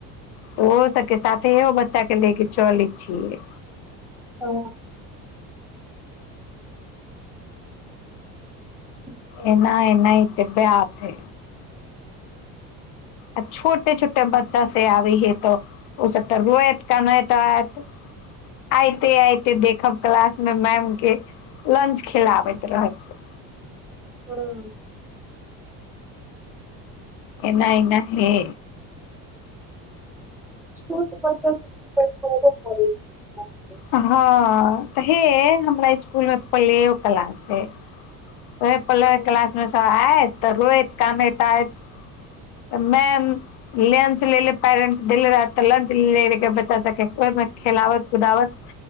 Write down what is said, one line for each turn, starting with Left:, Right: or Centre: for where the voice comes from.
Left: तऽ ओहो सभके साथे इहो बच्चाके लऽ कऽ चलैत छियै।
Centre: ओ ह <inaudible>
Left: एना एना हऽ तऽ बथे। आ छोटे छोटे बच्चा से आबै हे तऽ ओसभ तऽ रोत कनैत आयत। आइते आइते देखब क्लासमे मैमके। लंच खुआबैत रहैत छै।
Centre: हँ
Left: एना एना हे
Centre: तऽ बचल करऽ पड़ै। छै।
Left: हँ तऽ हे, हमरा इसकुलमे प्ले क्लास ह। ओहि प्ले
Centre: तो
Left: क्लासमे सभ आयत तऽ रोत कनैत तऽ मैम। लंच लेलेे पेरेंटस देले रहै तऽ लंच ले रह बच्चा सबके ओहिमे खेलाबत कुदावत